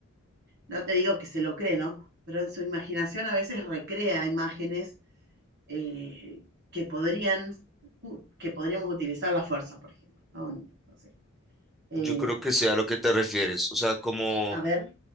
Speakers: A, on the right; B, in the centre.
A: no te digo que se lo cree, ¿no? Pero en su imaginación a veces recrea imágenes eh, que podrían, u- que podríamos utilizar la fuerza, por ejemplo, ¿no? No sé. Eh,
B: Yo creo que sea lo que te refieres, o sea, como
A: a ver,